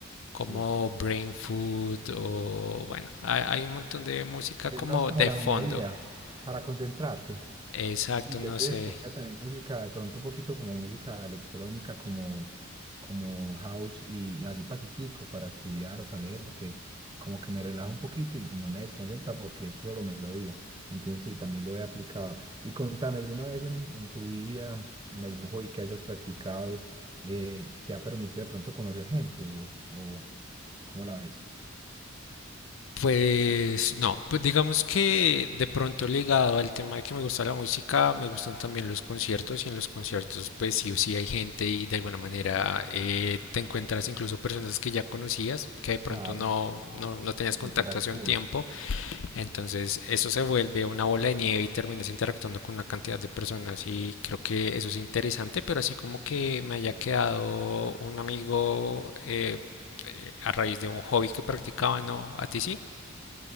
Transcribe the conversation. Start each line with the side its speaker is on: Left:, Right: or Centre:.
Left: como
Right: Sí.
Left: Brain Food o bueno, hay, hay un montón de música
Right: Es
Left: como
Right: más como
Left: de
Right: la
Left: fondo.
Right: melodía para concentrarte.
Left: Exacto,
Right: Sí, yo
Left: no
Right: a veces
Left: sé.
Right: ponía también música, de pronto un poquito como música electrónica, como, como house y así pasitico para estudiar o para leer, porque como que me relaja un poquito y, y no me desconcentra porque es solo melodía. Entonces sí, también lo he aplicado. Y contame, ¿alguna vez en, en tu vida, en algún hobby que hayas practicado, eh, te ha permitido de pronto conocer gente o, o cómo la ves?
Left: Pues no, pues digamos que de pronto ligado al tema de que me gusta la música, me gustan también los conciertos y en los conciertos pues sí o sí hay gente y de alguna manera eh, te encuentras incluso personas que ya conocías, que de pronto
Right: Claro.
Left: no, no, no tenías contacto
Right: Interactúa.
Left: hace un tiempo Entonces, eso se vuelve una bola de nieve y terminas interactuando con una cantidad de personas y creo que eso es interesante, pero así como que me haya quedado un amigo eh, eh, a raíz de un hobby que practicaba, ¿no? ¿A ti sí?